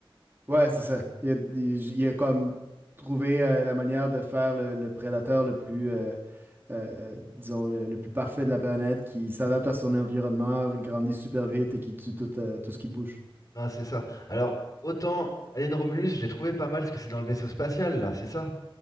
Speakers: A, on the right; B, on the left.
A: Ouais, c'est ça. Il a, il- il a comme trouvé euh, la manière de faire le, le prédateur le plus, euh, euh, disons, le, le plus parfait de la planète, qui s'adapte à son environnement, grandit super vite et qui tue tout, euh, tout ce qui bouge.
B: Ah, c'est ça. Alors, autant Alien Romulus, je l'ai trouvé pas mal, parce que c'est dans le vaisseau spatial, là, c'est ça?